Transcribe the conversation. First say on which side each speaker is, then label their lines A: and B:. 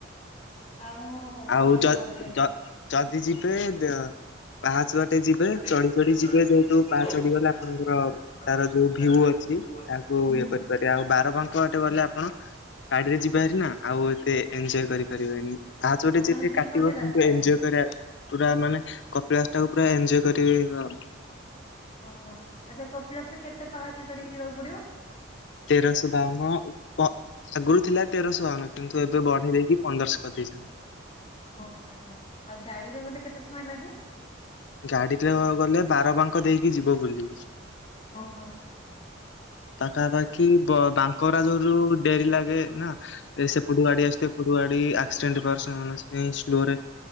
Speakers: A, on the left (about 30°); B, on the left (about 60°).
A: ଆଉ
B: ଆଉ
A: କଣ
B: ଯ
A: କୁହନ୍ତି?
B: ଯ ଯଦି ଯିବେ ଦେ ପାହାଚ ବାଟେ ଯିବେ
A: ଗୋଟେ
B: ଚଢ଼ିି ଚଢ଼ି
A: ଚଢି
B: ଯିବେ ଯେହେତୁ
A: ଚଢି ଯିବେ
B: ପାହା
A: ଯୋଉ
B: ଚଢ଼ି ଗଲେ
A: ମା
B: ଆପଣଙ୍କର
A: ଚଢିଗଲେ ଆପଣଙ୍କର
B: ତାର ଯୋଉ ଭିୟୁ
A: ଯୋଉ
B: ଅଛ୍ ତି
A: ଭିଉ
B: ତାହାକୁ
A: ଅଛି। ହୁଁ
B: ଇଏ
A: ହୁଁ
B: କରିପାର୍ ତେ ଆଉ ବାରବାଙ୍କ ଆଟେ ଗଲେ ଆପଣ ଗାଡ଼ିରେ ଯିବେ ହାରି ନାଁ ଆଉ ଏତେ ଏଞ୍ଜୟ କରିପାରିବେନି। ପାହା ଚଢ଼ି
A: ଓହୋ
B: ଯେତି
A: ମାନେ ଦିପଟେ
B: କାଟିବ କିନ୍ତୁ
A: ରାସ୍ତା
B: ଏଞ୍ଜଏ
A: ଅଛି
B: କରା ପୁରା ମାନେ କପିଳାସଟାକୁ ପୁରା ଏଞ୍ଜଏ କରିବ।
A: ହଁ ହଁ ଆଚ୍ଛା କପିଳାସରେ କେତେ ପାହାଚ ଚଢ଼ିକି ଯିବାକୁ ପଡ଼ିବ?
B: ତେରଶ ବାଉନ କ ଆଗୁରୁ ଥିଲା ତେରଶହ ବାଉନ କିନ୍ତୁ ଏବେ ବଢ଼େଇ ଦେଇକି ପନ୍ଦର୍ଶ କରି ଦେଇଚନ୍ତି।
A: ଅଁ ହଁ ଆଚ୍ଛା ଆଉ ଗାଡ଼ିରେ ଗଲେ କେତେ ସମୟ ଲାଗେ?
B: ଗାଡ଼ିରେ ଗଲେ ବାରବାଙ୍କ ଦେଇକି ଯିବ ବୁଲିକି।
A: ଅଁ ହଁ।
B: ପାଖାପାଖି ବ ବାଙ୍କରା ଯୋଉରୁ ଡେରି ଲାଗେ ନାଁ। ଏ ସେପଟୁ ଗାଡ଼ି ଆସୁଥିବ ଏପଟୁ ଗାଡ଼ି ଆ ଷ୍ଟେଣ୍ଟି ପାରୁସଁ ମନସ୍ବିନୀ ସ୍ଲୋରେ